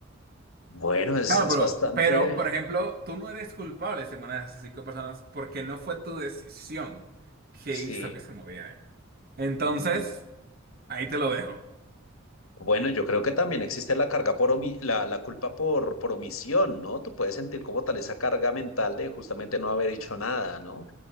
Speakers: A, on the left; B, on the right.
A: Bueno, es,
B: Claro,
A: es
B: pero,
A: bastante,
B: pero, por ejemplo, tú no eres culpable si manejas a esas cinco personas porque no fue tu decisión que
A: sí.
B: hizo que se movieran. Entonces,
A: Mm.
B: ahí te lo dejo.
A: Bueno, yo creo que también existe la carga por omi- la, la culpa por, por omisión, ¿no? Tú puedes sentir como tal esa carga mental de justamente no haber hecho nada, ¿no?